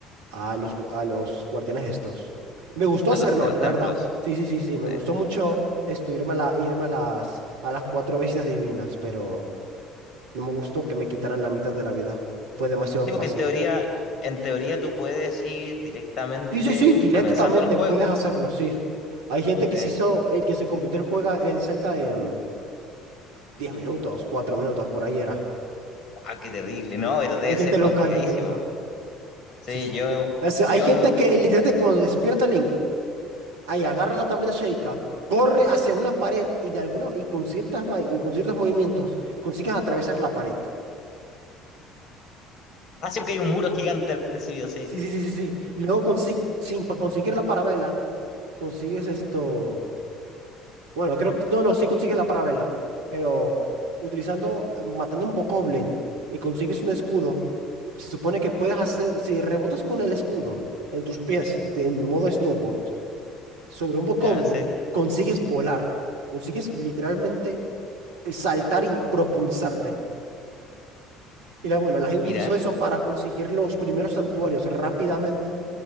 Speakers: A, on the right; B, on the left.
A: a los, gu- a los guardianes estos. Me gustó
B: A
A: hacerlo,
B: los, a los
A: la
B: templos.
A: verdad. Sí, sí, sí, sí. Me
B: Sí.
A: gustó mucho esto, irme a, la- irme a las, a las cuatro bestias divinas, pero no me gustó que me quitaran la mitad de la vida. Fue demasiado
B: Sí,
A: fácil.
B: porque en teoría, en teoría tú puedes ir directamente
A: Sí, sí, sí, directamente
B: comenzando el juego.
A: puedes hacerlo, sí. Hay gente que
B: Sí.
A: se hizo, el que se compitió el juega el Zelda en 10 minutos, 4 minutos, por ahí era.
B: Ah, qué terrible, ¿no? Pero debe
A: Hay gente
B: ser
A: loca,
B: complicadísimo.
A: hay gente loca.
B: Sí,
A: Sí, sí,
B: yo,
A: sí. O sea,
B: yo,
A: hay gente
B: no-
A: que literalmente cuando despierta Link. Ahí agarra
B: sí.
A: la tableta Sheikah, corre hacia una pared y de alguna y con ciertas vai- y con ciertos movimientos consigues atravesar la pared.
B: Ah, sí, porque hay un muro gigante al principio, sí.
A: Sí, sí, sí, sí, sí. Y luego consi- sin pa- conseguir la parabela, consigues esto. Bueno, creo que no, no, sí consigues la parabela, pero utilizando matando un bokoblin y consigues un escudo, se supone que puedes hacer si rebotas con el escudo en tus pies este, en modo snowboard. sobre un bokoblin,
B: Ya, sí.
A: consigues volar, consigues literalmente eh, saltar y propulsarte. Y la, bueno, la gente
B: Mira.
A: utilizó eso para conseguir los primeros santuarios rápidamente